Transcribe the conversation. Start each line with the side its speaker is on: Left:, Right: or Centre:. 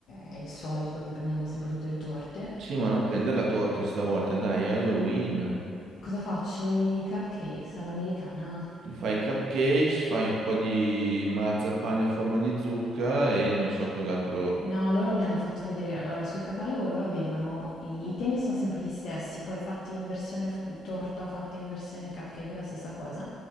Left: è il solito da cui prendiamo sempre tutte le torte.
Right: Sì, ma non prendere la torta stavolta, dai, è Halloween.
Left: Cosa faccio? I cupcakes all'americana
Right: Ti fai i cupcakes, fai un po' di marzapane a forma di zucca e non so cos'altro.
Left: No, loro mi hanno fatto vedere, allora sul catalogo loro avevano, i, i temi sono sempre gli stessi, poi fatti in versione f- torta o fatti in versione cupcake è la stessa cosa.